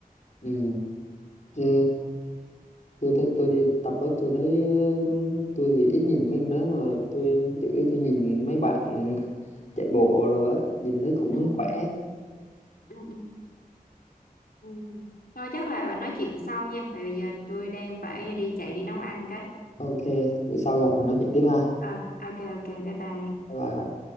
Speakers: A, on the left; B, on the left.
A: Ừ. ừ. tôi tôi, tôi đi tập đó tôi thấy ờ, tôi thì ít nhìn mấy đó mà tôi chủ yếu tôi nhìn mấy bạn chạy bộ rồi á nhìn thấy cũng
B: Ừ,
A: khỏe
B: ừ, ừ. ừ. Thôi chắc là nói chuyện sau nha, tại vì giờ tôi đang phải đi chạy đi nấu ăn cái.
A: ok bữa sau gặp thì nói chuyện tiếp ha
B: Ờ, ok ok, bye bye.
A: bye bye